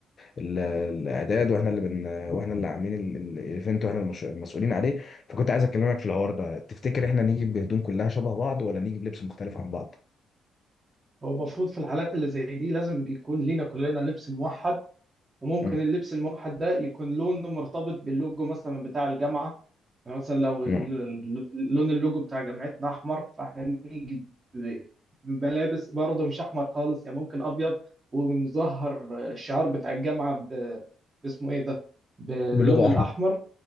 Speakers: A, on the left (about 40°); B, on the right (about 30°).
A: الاعداد واحنا اللي بن واحنا اللي عاملين ال- ال- الايفنت واحنا المش- المسؤولين عليه فكنت عايز اكلمك في الحوار ده تفتكر احنا نيجي بهدوم كلها شبه بعض ولا نيجي بلبس مختلف عن بعض
B: هو المفروض في الحالات اللي زي دي لازم يكون لينا كلنا لبس موحد وممكن
A: مم.
B: اللبس الموحد ده يكون لونه مرتبط باللوجو مثلا بتاع الجامعة يعني مثلا لو ال-
A: مم.
B: ال- لون اللوجو بتاع جامعتنا احمر فاحنا نيجي ب- بملابس برضه مش احمر خالص يعني ممكن ابيض ونظهر الشعار بتاع الجامعه ب... باسمه ايه ده باللون
A: بلوجو
B: الاحمر
A: احمر